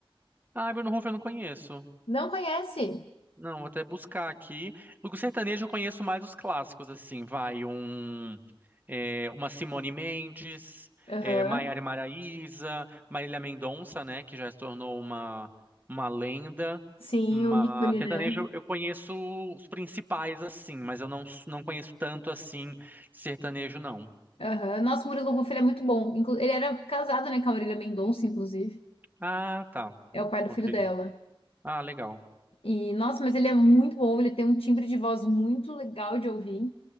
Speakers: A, on the right; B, on the left.
A: Ah, Bruno Huff eu não conheço.
B: Não conhece?
A: Não, vou até buscar aqui. Do sertanejo eu conheço mais os clássicos, assim, vai um, é, uma Simone Mendes,
B: Aham.
A: é, Maiara e Maraíza, Marília Mendonça, né, que já se tornou uma, uma lenda.
B: Sim,
A: Mas
B: o ícone,
A: sertanejo
B: né?
A: eu conheço os principais, assim, mas eu não, não conheço tanto, assim, sertanejo, não.
B: Aham. Nossa, o Murilo Huff, ele é muito bom. Inclu- Ele era casado, né, com a Marília Mendonça, inclusive.
A: Ah, tá,
B: É o pai do
A: ok.
B: filho dela.
A: Ah, legal.
B: E, nossa, mas ele é muito bom. Ele tem um timbre de voz muito legal de ouvir.